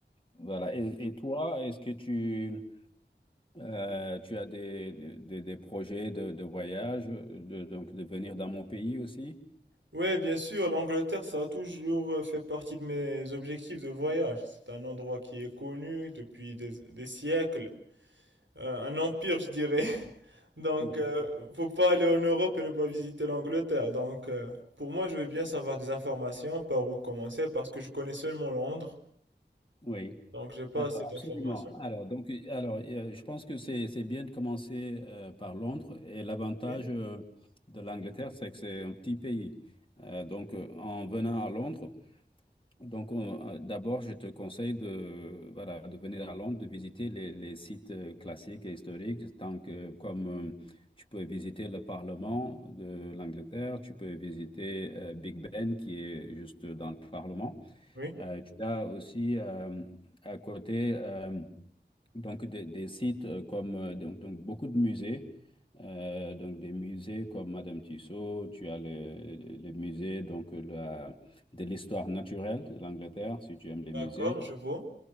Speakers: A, on the left (about 30°); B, on the right (about 85°).
A: voilà. Et, et toi, est-ce que tu, euh, tu as des, des, des projets de, de voyage, de, donc de venir dans mon pays aussi?
B: Ouais, bien sûr, l'Angleterre, ça a toujours euh, fait partie de mes objectifs de voyage. C'est un endroit qui est connu depuis des, des siècles, euh, un empire, je dirais. <laughs> Donc,
A: Oui.
B: euh, faut pas aller en Europe et ne pas visiter l'Angleterre. Donc, euh, pour moi, je veux bien savoir des informations par où commencer parce que je connais seulement Londres.
A: Oui.
B: Donc, j'ai pas
A: Alors,
B: assez d'informations.
A: absolument. Alors, donc, euh, alors, euh, je pense que c'est c'est bien de commencer euh, par Londres. Et l'avantage
B: Oui,
A: euh, de l'Angleterre, c'est que c'est un petit pays. Euh, donc, euh, en venant à Londres, donc on- euh, d'abord, je te conseille de voilà de venir à Londres, de visiter les, les sites euh, classiques et historiques, tant que comme euh, tu peux visiter le Parlement de l'Angleterre, tu peux visiter euh, Big Ben qui est juste dans le Parlement.
B: oui.
A: Euh, tu as aussi euh, à côté. euh, donc, des, des sites euh, comme euh, donc, donc beaucoup de musées, euh, donc des musées comme Madame Tussaud, tu as le, le musée donc, euh, la, de l'histoire naturelle de l'Angleterre, si tu aimes les
B: D'accord,
A: musées.
B: je vois.